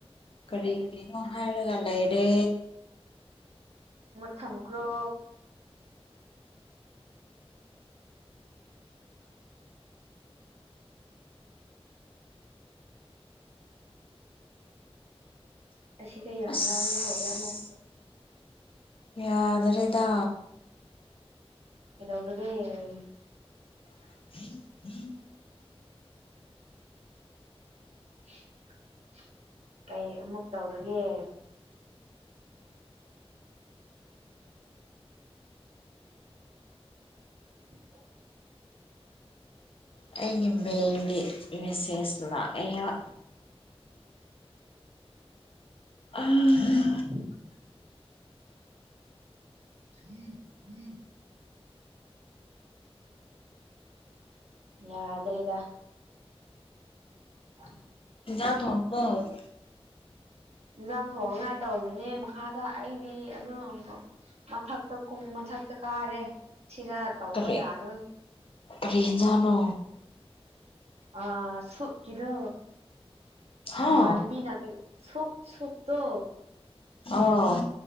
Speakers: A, on the left; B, on the right.
A: ꯀꯔꯤ ꯀꯔꯤꯅꯣ ꯍꯥꯏꯔꯒ ꯂꯩꯔꯦ
B: ꯃꯨꯠ ꯊꯝꯈ꯭ꯔꯣ ꯑꯁꯤꯒꯥ ꯌꯥꯝ
A: ꯑꯁ
B: ꯂꯥꯡꯕ ꯍꯧꯔꯦ ꯑꯃꯨꯛ
A: ꯌꯥꯗꯔꯦꯗꯥ
B: ꯀꯩꯗꯧꯔꯒꯦ
A: <inaudible>
B: <inaudible> ꯀꯩ ꯑꯃꯨꯛ ꯇꯧꯔꯒꯦ ꯢꯕꯣꯛ
A: ꯑꯩꯒꯤ ꯃꯦꯜꯒꯤ ꯃꯦꯁꯦꯖ ꯂꯥꯛꯑꯦꯕ ꯑꯥ
B: <inaudible> <inaudible> ꯌꯥꯗ꯭ꯔꯦꯗ <inaudible>
A: ꯢꯟꯁꯥꯡ ꯇꯣꯡꯉꯥꯕꯣ
B: ꯏꯟꯖꯥꯡ ꯊꯣꯡꯅꯉꯥꯏ ꯇꯧꯔꯤꯅꯦ ꯃꯈꯥꯗ ꯑꯩꯗꯤ ꯑꯗꯨꯉꯝꯗꯣ ꯃꯊꯛꯇꯥ ꯀꯨꯝ ꯃꯊꯛꯇꯥ ꯀꯥꯔꯦ ꯁꯤꯔꯥ ꯇꯧꯕ
A: ꯀꯔꯤ
B: ꯌꯥꯗꯕꯒꯤ
A: ꯀꯔꯤ ꯍꯤꯟꯖꯥꯡꯅꯣ
B: ꯑ ꯁꯨꯞ ꯀꯤꯗꯣ
A: ꯍꯥ
B: ꯃꯥꯜꯃꯤꯅ ꯀꯔꯤ ꯁꯨꯞ ꯁꯨꯞꯇꯣ
A: ꯑꯣ